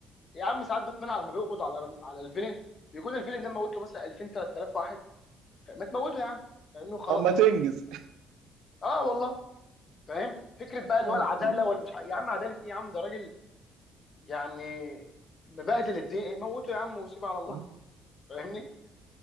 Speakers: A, on the left; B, on the right.
A: يا عم ساعات باتمان لما بيقبض على على الفيلن بيكون الفيلن ده موت له مثلا 2000 3000 واحد ما تموته يا عم فاهمني خلاص
B: اما تنجز
A: اه والله فاهم فكره بقى
B: انا
A: اللي
B: فاهم
A: هو العداله والمش ع- يا عم عداله ايه يا عم ده راجل يعني مبهدل الدنيا موته يا عم وسيبه على الله
B: <laughs>
A: <laughs> فاهمني